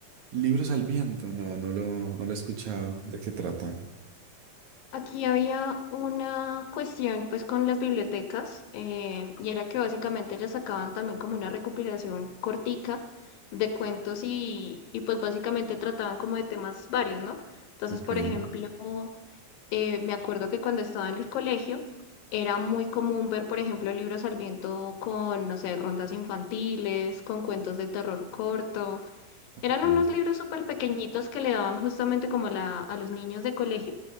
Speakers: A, on the right; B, on the left.
A: Libros al viento, no, no lo, no lo he escuchado, ¿de qué trata?
B: Aquí había una cuestión pues con las bibliotecas eh, y era que básicamente ellas sacaban también como una recopilación cortica de cuentos y, y pues básicamente trataban como de temas varios, ¿no? Entonces,
A: Ok.
B: por ejemplo, eh, me acuerdo que cuando estaba en el colegio era muy común ver, por ejemplo, libros al viento con, no sé, rondas infantiles, con cuentos de terror corto.
A: Ok,
B: Eran unos libros súper pequeñitos que le daban justamente como la, a los niños de colegio